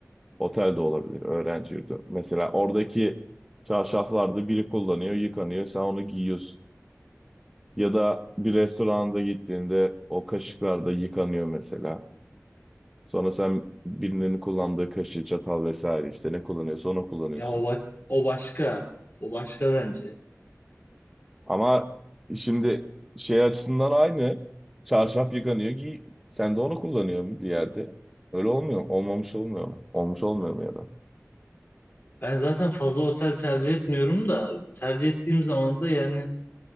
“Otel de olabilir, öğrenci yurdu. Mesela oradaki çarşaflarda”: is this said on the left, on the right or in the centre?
Centre